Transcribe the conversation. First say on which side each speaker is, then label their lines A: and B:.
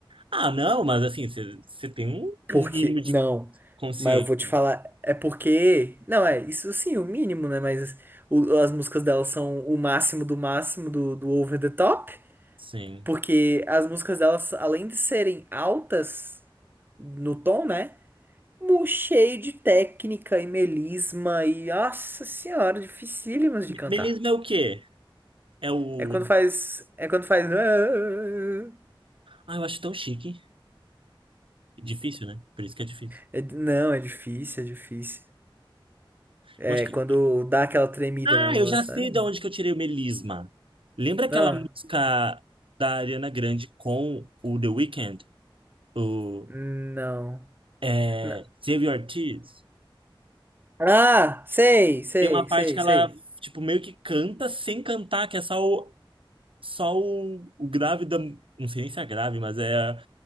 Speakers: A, on the right; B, on the right.
A: Ah, não, mas assim, você você tem um
B: Porque,
A: um mínimo de
B: não.
A: consciência.
B: Mas eu vou te falar, é porque. Não, é, isso sim, o mínimo, né? Mas o- as músicas delas são o máximo do máximo do, do over the top.
A: Sim.
B: Porque as músicas delas, além de serem altas no tom, né? mu- Cheio de técnica e melisma e, nossa senhora, dificílimas de cantar.
A: Melisma é o quê? É o.
B: É quando faz. É quando faz. "Ah",
A: Ah, eu acho tão chique. Difícil, né? Por isso que é difícil.
B: É- não, é difícil, é difícil. É,
A: Eu acho que.
B: quando dá aquela tremida
A: Ah,
B: na
A: eu
B: voz,
A: já
B: sabe?
A: sei de onde que eu tirei o melisma. Lembra aquela
B: Ah,
A: música da Ariana Grande com o The Weeknd? O.
B: não.
A: É...
B: Na-
A: Save Your Tears?
B: Ah, sei, sei,
A: Tem uma parte
B: sei,
A: que ela,
B: sei.
A: tipo, meio que canta sem cantar, que é só o, só o, o grave da. Não sei nem se é grave, mas é